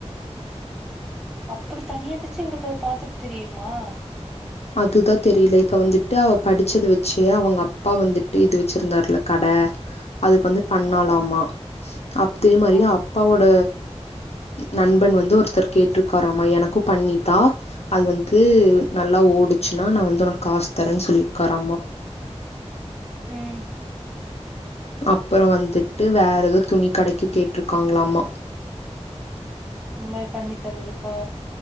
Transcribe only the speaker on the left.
அதுதான் தெரில இப்ப வந்துட்டு அவ படிச்சத வச்சே அவங்க அப்பா வந்துட்டு இது வச்சிருந்தாருல கட அதுக்கு வந்து பண்ணாலாமா
அப்தே மாரி
அப்பாவோட நண்பன் வந்து ஒருத்தர் கேட்டிருக்காராமா எனக்கும் பண்ணிதா அது வந்து நல்லா ஓடுச்சுன்னா நான் வந்து உனக்கு காசு தரேன்னு சொல்லிருக்காராமா
அப்புறம் வந்துட்டு வேற ஏதோ துணி கடைக்கு கேட்டுருக்காங்களாமா